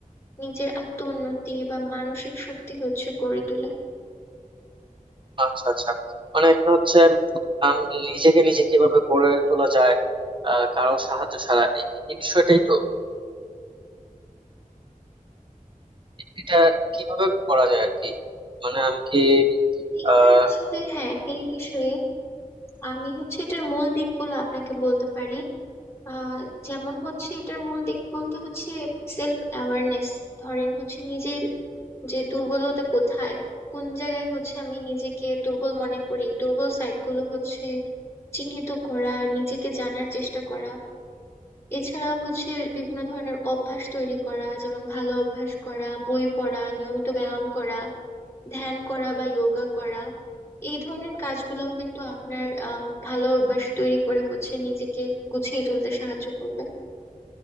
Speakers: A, on the left; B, on the right.
A: নিজের আত্ম উন্নতি বা মানসিক শক্তি হচ্ছে গড়ে তোলে
B: আচ্ছা আচ্ছা মানে এখানে হচ্ছে আম, নিজেকে নিজে কিভাবে গড়ে তোলা যায় আহ, কারো সাহায্য ছাড়া এই এই বিষয়টাই তো এটা কিভাবে করা যায় আর কি মানে আমি কি
A: এটা
B: আহ
A: আসলে হ্যাঁ এই বিষয়ে আমি হচ্ছে এটার মূল দিকগুলো আপনাকে বলতে পারি আহ যেমন হচ্ছে এটার মূল দিক বলতে হচ্ছে সেলফ অ্যাওয়ারনেস ধরেন হচ্ছে নিজের যে দুর্বলতা কোথায় কোন জায়গায় হচ্ছে আমি নিজেকে দুর্বল মনে করি দুর্বল সাইটগুলো হচ্ছে চিহ্নিত করা নিজেকে জানার চেষ্টা করা এছাড়া হচ্ছে বিভিন্ন ধরনের অভ্যাস তৈরি করা যেমন ভালো অভ্যাস করা বই পড়া নিয়মিত ব্যায়াম করা ধ্যান করা বা যোগা করা এই ধরনের কাজগুলোও কিন্তু আপনার আহ ভালো অভ্যাস তৈরি করে হচ্ছে নিজেকে গুছিয়ে তুলতে সাহায্য করবে